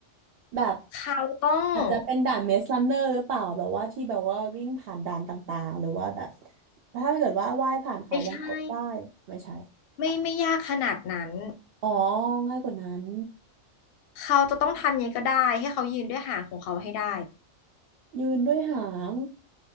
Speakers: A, on the right; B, on the left.
A: แบบ
B: เขาต้อง
A: อาจจะเป็นด่านเมสลันเนอร์หรือเปล่าแบบว่าที่แบบว่าวิ่งผ่านด่านต่างๆหรือว่าแบบถ้าเกิดว่าว่ายผ่านเขาวงกตได้
B: ไม่ใช่
A: ไม่ใช่
B: ไม่ไม่ยากขนาดนั้น
A: อ๋อง่ายกว่านั้น
B: เขาจะต้องทำยังไงก็ได้ให้เขายืนด้วยหางของเขาให้ได้
A: ยืนด้วยหาง